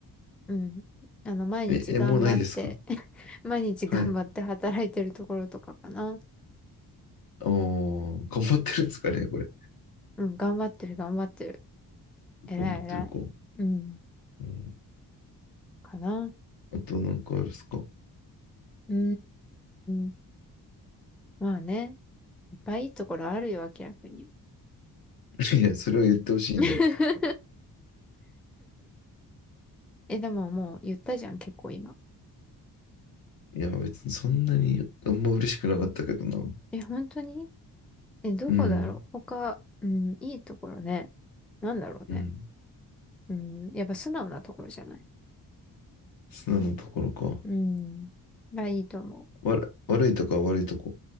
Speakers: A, in the centre; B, on the left.
A: うん。あの、毎日頑張って
B: え、えもうないですか。
A: <laughs> 毎日頑張って働いてるところとかかな。
B: はい。おー、頑張ってるんですかね、これ。
A: うん、頑張ってる、頑張ってる。偉い、
B: 頑張ってるか。
A: 偉い。
B: う
A: うん、
B: ん
A: かな。
B: あとなんかあるっすか <laughs>
A: うーん、まあね。いっぱいいいところあるよ、明らかに。
B: いや、それを言ってほしいのよ。
A: <laughs> え、でももう言ったじゃん、結構今。
B: いや、別にそんなにあんま嬉しくなかったけどな。
A: え、本当にえ、どこだろう他、
B: うん。
A: うん、いいところね。なんだろうね。
B: うん。
A: うん、やっぱ素直なところじゃない。
B: 素直なところか。
A: うん、がいいと思う。
B: わら、悪いとか悪いとこ。